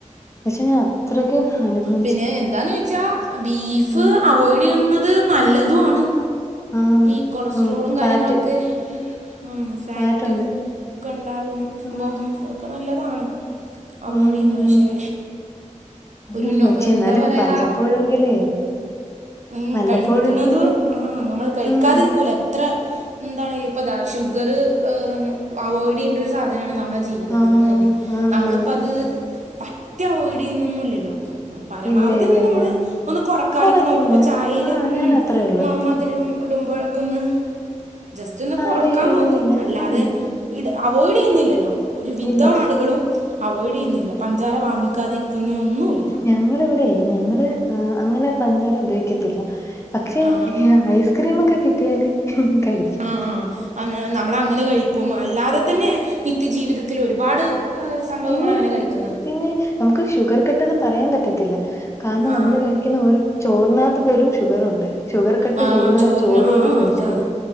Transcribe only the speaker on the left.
പക്ഷെ ഞാൻ അത്രക്ക് അനുഭവി
ഉം
ആഹ്
ഉം
ഫാറ്റ്
ഫാറ്റുണ്ട്
ഉം
ഉം
ഉം
ഉം
പക്ഷെ
എന്നാലും
വല്ലപ്പോഴെങ്കിലേ
വല്ലപ്പോഴെങ്കിലും
ഉം
ആഹ്
ആന്നാന്ന്
ഇല്ല ഇല്ല
ഇല്ല
കൊറയ്ക്കുന്ന്
ആഹ് ഞാനും
അത്രേ ഒള്ളൂ
അല്ലേ ഇടുന്നില്ല
ഉം
ഇല്ല
ഞങ്ങളിവടെയ് ഞങ്ങള് അ അങ്ങനെ പഞ്ചാര ഉപയോഗ ക്കത്തില്ല പക്ഷേ
ഐസ്ക്രീമൊക്കെ കിട്ടിയാല് കഴ
പിന്നെ
പിന്നെ നമുക്ക് ഷുഗർ കട്ടെന്ന് പറയാൻ പറ്റത്തില്ല കാരണം
നമ്മള് കഴിക്കുന്ന ഓരോ ചോറിനകത്ത് പോലും ഷുഗറുണ്ട് ഷുഗർ കട്ട്
ചെയ്യുന്നൊരു
ചോറ്
പോലും ഉപേക്ഷിക്കുന്ന.